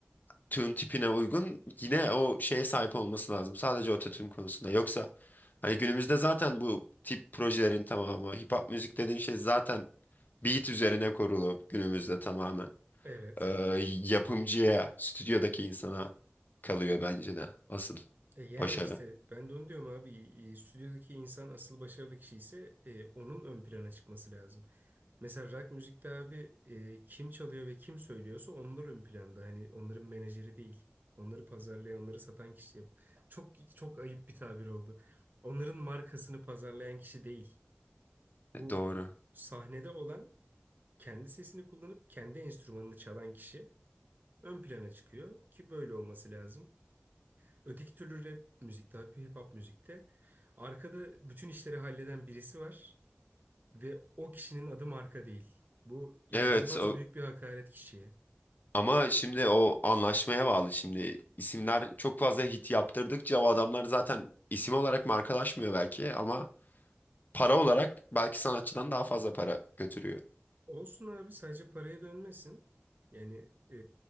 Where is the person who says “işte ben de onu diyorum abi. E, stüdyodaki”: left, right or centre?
Right